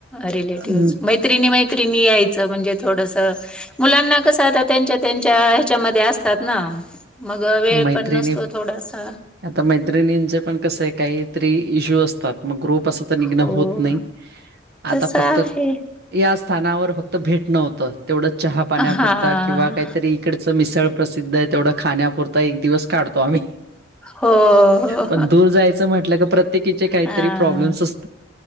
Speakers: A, in the centre; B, on the right.
A: रिलेटिव्ह्ज,
B: हम्म
A: मै त्रिणी मैत्रिणी याय चं म्हणजे थोडसं. मुलांना कसं आता त्यांच्या त्यांच्या हेच्यामध्ये असतात ना. मग वेळ
B: मैत्रिणी
A: पण नसतो थोडासा.
B: आता मैत्रिणींचे पण कसंय काहीतरी इश्यू असतात, मग ग्रुप अस त निघणं
A: हो.
B: होत नाही, आता
A: तसं
B: फक्त
A: आहे.
B: या स्थानावर फक्त भेटणं होतं, तेवढं चहा पाण्यापुरता
A: हां.
B: किंवा काहीतरी इकडचं मिसळ प्रसिद्ध ये तेवढं खाण्यापुरता एक दिवस काढतो आम्ही
A: हो, हो.
B: पण दूर जायचं म्हटलं का प्रत्येकीचे काहीतरी
A: हां.
B: प्रॉब्लेम्सस.